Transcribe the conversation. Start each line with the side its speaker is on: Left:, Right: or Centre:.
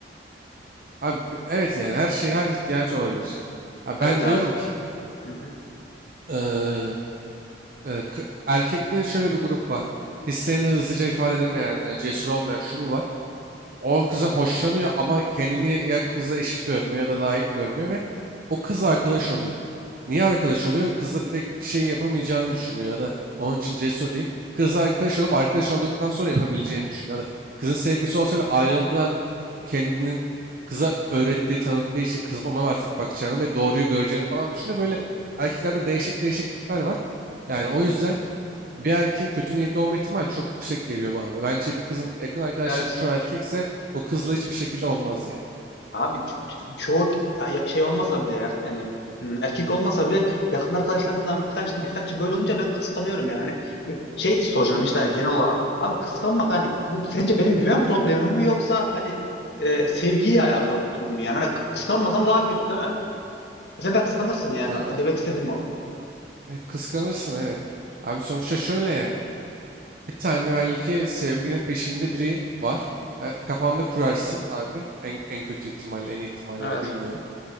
Right: abi, evet yani her şey her ihtiyacı olabilir. Ha,
Left: Evet
Right: ben
Left: abi.
Right: diyorum ki
Left: Hı hı.
Right: eee, e, k- erkekte şöyle bir grup var. Hislerini hızlıca ifade edemeyen, e, cesur olmayan şu bu var. o kızdan hoşlanıyor ama kendini ya kızla eşit görmüyor ya da layık görmüyor ve o kız arkadaş oluyor. Niye arkadaş oluyor? Kızla direkt bir şey yapamayacağını düşünüyor ya da onun için cesur değil. Kızla arkadaş olup arkadaş olduktan sonra yapabileceğini düşünüyor. Ya da kızın sevgisi olsa bile ayrıldığın kendinin kıza öğrettiği, tanıttığı için kızın ona artık bakacağını ve doğruyu göreceğini falan düşünüyor. Böyle erkeklerde değişik değişik tipler var. Yani o yüzden bir erkeğin kötü niyetli olma ihtimali çok yüksek geliyor bana da. Bence bir kızın yakın arkadaşların
Left: Evet.
Right: çoğu erkekse o kızla hiçbir şekilde olmaz yani.
Left: Abi ço- çoğu ya- ya- şey olmasa bile ya- yani m, erkek olmasa bile yakın arkadaşlarından birkaç birkaç böyle olunca ben kıskanıyorum yani. Hani e, şey soracağım işte hani, genel olarak. Abi kıskanmak hani bu sence benim güven problemim mi yoksa hani e, sevgiyle alakalı bir durum mu yani? Hani kıskanmasam daha kötü değil mi? Sen de kıskanırsın yani.
Right: Ee,
Left: Demek istediğim o.
Right: e, kıskanırsın evet. Abi sonuçta şöyle yani. Bir tane belki sevgilin peşinde biri var. Ee, kafanda kurarsın abi. En, en kötü ihtimalle, en iyi ihtimalle
Left: Evet.
Right: ya da bilmiyorum.